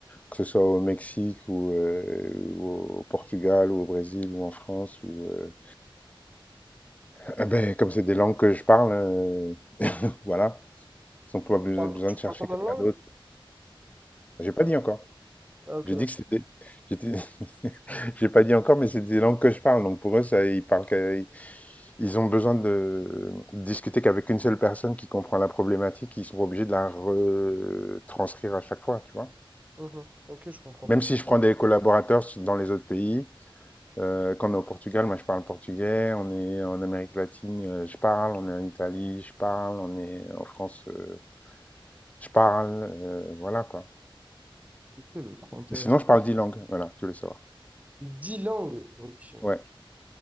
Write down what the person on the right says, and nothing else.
parles
tu
parles
combien
de langues?
Ah, ok,
d'accord.
Mhm. Ok, je comprends
tout.
Ok, bah, trop intéressant.
10 langues. Ok.